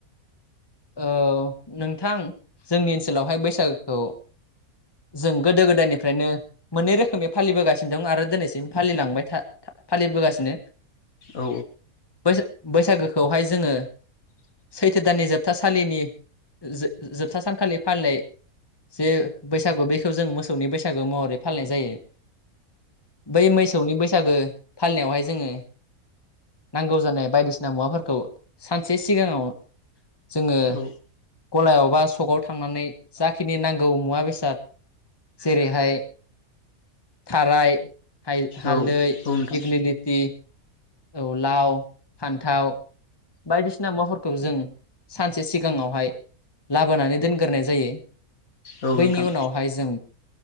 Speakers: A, on the left; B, on the left.
A: औ नोंथां जोंनि ओनसोलावहाय बैसागोखौ जों गोदो गोदायनिफ्रायनो मोननै रोखोमै फालिबोगासिनो दं आरो दिनैसिम फालिलांबाय था फालिबोगासिनो।
B: औ
A: बैसा-बैसागोखौहाय जोङो सैथो दाननि जोब था सालिनि जोब-जोबथा सानखालि फालिनाय जे बैसागु बेखौ जों मोसौनि बैसागु महरै फालिनाय जायो। बै मैसौनि बैसागो फालिनायावहाय जोङो नांगौ जानाय बायदिसिना मुवाफोरखौ सानसे सिगाङाव जोङो
B: औ
A: गलायाव बा सकाव थांनानै जाखिनि नांगौ मुवा बेसाद जेरैहाय थाराय हाय-हालदै
B: औ औ नोंथां
A: दिग्लिलिथि औ लाव फान्थाव बायदिसिना मुवाफोरखौ जों सानसे सिगाङावहाय लाबोनानै दोनग्रोनाय जायो।
B: औ
A: बैनि
B: नोंथां
A: उनावहाय जों